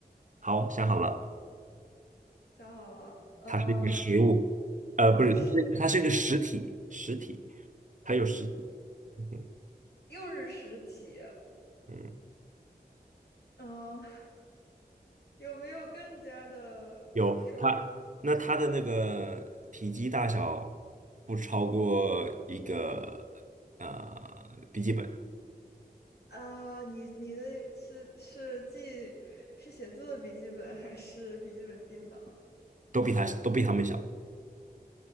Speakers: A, on the right; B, on the left.
A: 好，想好了。
B: 想好了，嗯、
A: 它是一个实物，呃，
B: 它是
A: 不是，它是它是一个实体，实体，它有实体，嗯
B: 又是实体，
A: 嗯，
B: 嗯、<laughs> 有没有更加的说
A: 有它，那它的那个体积大小不超过一个呃笔记本，
B: 啊？你你的是是记是写字的笔记本还是笔记本电脑？
A: 都比它都比它们小，